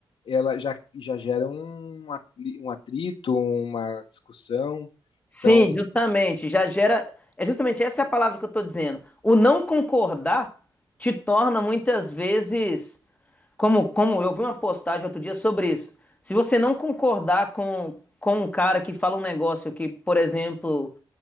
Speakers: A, on the left (about 75°); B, on the left (about 15°).
A: ela já, já gera um, atri- um atrito, uma discussão.
B: Sim,
A: Então,
B: justamente. Já gera. É justamente essa é a palavra que eu estou dizendo. O não concordar te torna muitas vezes. Como, como eu vi uma postagem outro dia sobre isso. Se você não concordar com, com um cara que fala um negócio que, por exemplo,